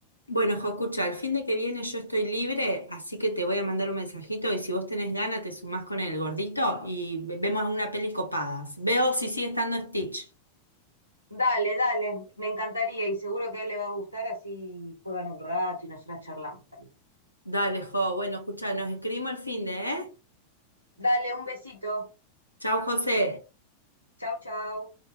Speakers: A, on the left (about 90°); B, on the right (about 80°).
A: Bueno, Jo, escucha, el fin de que viene yo estoy libre, así que te voy a mandar un mensajito y si vos tenés ganas te sumás con el gordito y ve- vemos una peli copadas. Veo si sigue estando Stitch.
B: Dale, dale, me encantaría y seguro que a él le va a gustar, así juegan un rato y nosotras charlamos también.
A: Dale, Jo. Bueno, escucha, nos escribimos el fin de, ¿eh?
B: Dale, un besito.
A: Chau, José.
B: Chau, chau.